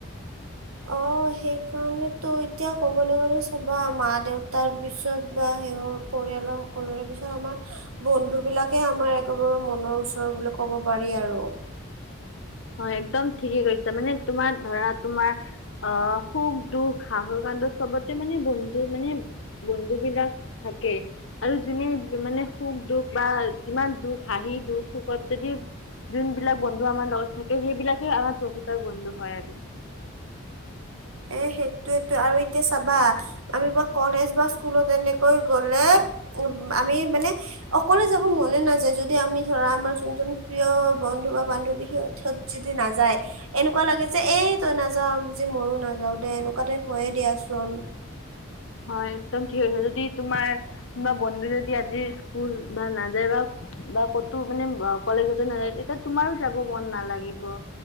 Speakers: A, on the right (about 85°); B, on the left (about 60°).
A: অ'। সেই কাৰণেতো এতিয়া ক'বলৈ গ'লে চাবা, মা দেউতাৰ পিছত বা সেই পৰিয়ালৰ সকলোৰে পিছত আমাৰ বন্ধু বিলাকে আমাৰ একেবাৰে মনৰ ওচৰ বুলি ক'ব পাৰি আৰু।
B: হয়, একদম ঠিকে কৈছা। মানে তোমাৰ ধৰা তোমাৰ অ' সুখ দুখ হাঁহি কান্দোন চবতে মানে বন্ধু মানে বন্ধু বিলাক থাকে। আৰু যোনে মানে সুখ দুখ বা যিমান দুখ হাঁহি দুখ সুখত যদি যোনবিলাক বন্ধু আমাৰ লগত থাকে সেইবিলাকে আমাৰ প্ৰকৃতৰ বন্ধু হয় আৰু।
A: এ সেইটোৱেটো, আৰু এতিয়া চাবা আমি বা কলেজ বা স্কুলত এনেকৈ গ'লে উ আমি মানে অকলে যাব মনে নাযায়, যদি আমি ধৰা আমাৰ যোনজন প্ৰিয় বন্ধু বা বান্ধৱী সিহ'ত যদি নাযায়, এনেকুৱা লাগে যে এই তই নাযাৱ যে মইও না যাও দে এনেকুৱা টাইপ হয়ে দিয়াচোন।
B: হয়, একদম ঠিক কৈছে। যদি তোমাৰ কোনোবা বন্ধু যদি আজি স্কুল ভাল নাযায় বা বা ক'তো মানে কলেজতে নাযায় তেতিয়া তোমাৰো যাব মন নালাগিব।